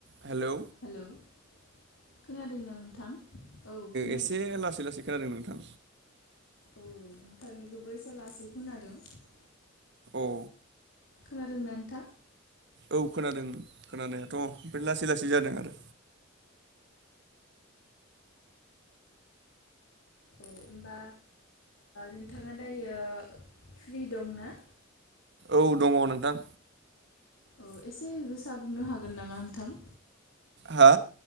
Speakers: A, on the right; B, on the left.
A: Hello
B: हेल' <inaudible> खोनादों ना नोंथां औ खोनादों
A: एसे
B: <inaudible>
A: लासै लासै खोनादों नोंथां
B: औ नोंथांनिखौबो एसे लासै खोनादों <unintelligible>
A: औ
B: खोनादों नोंथा
A: औ खोनादों खोनानायाथ' ओमफ्राय लासै लासै जादों आरो।
B: औ होमबा नोंथाङा दायो फ्रि दं ना।
A: औ दङ नोंथां
B: औ एसे गोसा बुंनो हागोन नामा नोंथां
A: हा